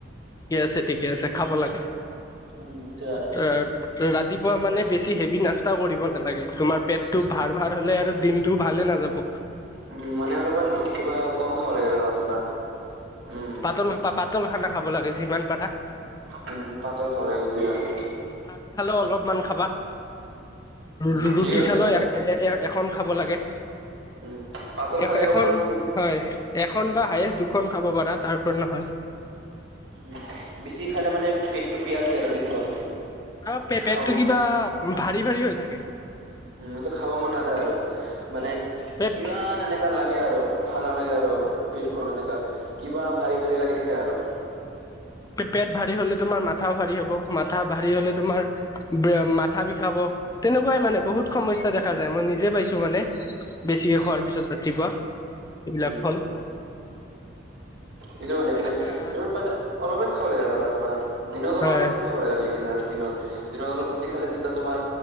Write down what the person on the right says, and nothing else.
উম সেইটোৱে আৰু
উম, মানে অলপমান কিবা কম খাব লাগে আৰু ৰাতিপুৱা। উম
উম, পাতল খাব লাগে সেইটোয়ে আৰু।
উম ঠিক আছে
অলপ
উম পাতল খালে
অলপমান পেট
উম, বেছি খালে মানে পেটটো বিয়া থাকে আৰু দিনভৰ।
খাম
উম, মোৰতো খাব মন নাযায় আৰু মানে
কিবা এনে লাগে আৰু ভাল নালাগে আৰু পেটখন এনেকা কিবা ভাৰী-ভাৰী লাগে থাকে আৰু।
উম
এইটো মানে
কিনে যিমান পাৰা অলপে খাব লাগে আৰু ৰাতিপুৱা দিনত অলপমান
বি খাব লাগে লিকিনাৰ দিনত। দিনত অলপ বেছি খালে তেতিয়া তোমাৰ